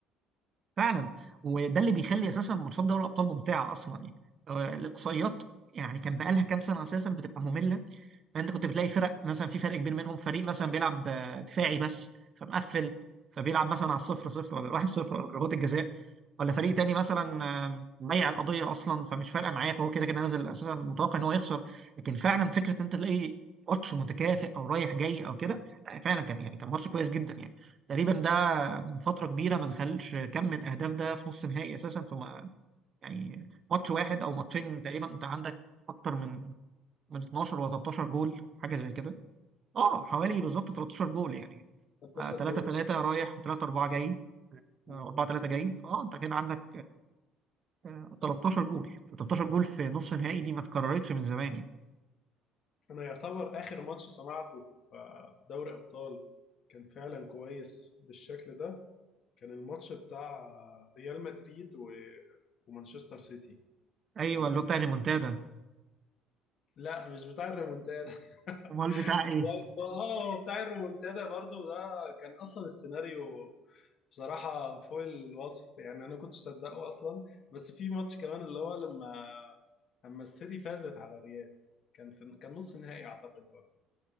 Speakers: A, on the right; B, on the left.
A: فعلا وده اللي بيخلي اساسا ماتشات دوري الابطال ممتعه اصلا يعني آه، الاقصائيات يعني كان بقالها كام سنه اساسا بتبقى ممله فانت كنت بتلاقي فرق مثلا في فرق كبير منهم فريق مثلا بيلعب آه، دفاعي بس فمقفل فبيلعب مثلا على الصفر صفر ولا الواحد صفر ولا ضربات الجزاء ولا فريق تاني مثلا آم، مضيع القضيه اصلا فمش فارقه معاه فهو كده كده نازل اساسا متوقع ان هو يخسر لكن فعلا فكره ان انت تلاقي ماتش متكافئ او رايح جاي او كده لا، فعلا كان يعني كان ماتش كويس جدا يعني تقريبا ده من فتره كبيره ما دخلش كم الاهداف ده في نص نهائي اساسا في يعني ماتش واحد او ماتشين تقريبا انت عندك اكتر من من 12 ولا 13 جول حاجه زي كده اه حوالي
B: على
A: بالظبط 13 جول يعني
B: 13
A: 3
B: جول
A: 3 رايح و3 4 جاي
B: في
A: 4 3 جاي فاه انت كان عندك آه، 13 جول 13 جول في نص نهائي دي ما اتكررتش من زمان يعني
B: انا يعتبر اخر ماتش سمعته في آه، في دوري ابطال كان فعلا كويس بالشكل ده كان الماتش بتاع آه، ريال مدريد و... ومانشستر سيتي
A: ايوه
B: كان
A: اللي
B: في
A: هو بتاع ريمونتادا
B: لا مش بتاع الريمونتادا <laughs>
A: امال بتاع ايه
B: و- اه بتاع الريمونتادا برضو ده كان اصلا السيناريو بصراحة فوق الوصف يعني أنا كنتش صدقه أصلا بس في ماتش كمان اللي هو لما لما السيتي فازت على الريال كان في كان نص نهائي أعتقد برضه